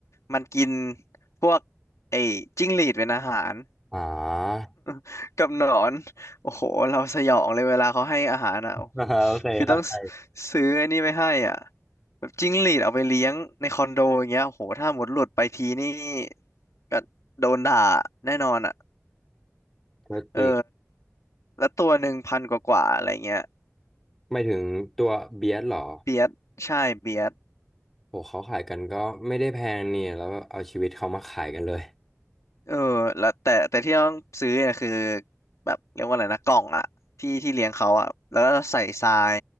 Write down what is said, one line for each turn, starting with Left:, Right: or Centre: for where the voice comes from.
Left: มันกินพวกไอ้จิ้งหรีดเป็นอาหาร
Centre: อ่า
Left: <laughs> กับหนอนโอ้โหเราสยองเลยเวลาเขาให้อาหารอ่ะโอ้
Centre: อ่า <laughs> โอเคเข้าใจ
Left: คือต้องซซื้อไอ้นี่ไปให้อ่ะแบบจิ้งหรีดเอาไปเลี้ยงในคอนโดอย่างเงี้ยโอ้โหถ้าหมดหลุดไปทีนี่ก็โดนด่าแน่นอนอ่ะ
Centre: ก็จริง
Left: เออแล้วตัวหนึ่งพันกว่าๆอะไรเงี้ย
Centre: ไม่ถึงตัวเบียดหรอ
Left: เบียดใช่เบียด
Centre: โหเขาขายกันก็ไม่ได้แพงเนี่ยแล้วเอาชีวิตเขามาขายกันเลย
Left: เออแล้วแต่แต่ที่ต้องซื้อเนี่ยคือแบบเรียกว่าอะไรนะกล่องอะที่ที่เลี้ยงเขาอะแล้วก็ใส่ทราย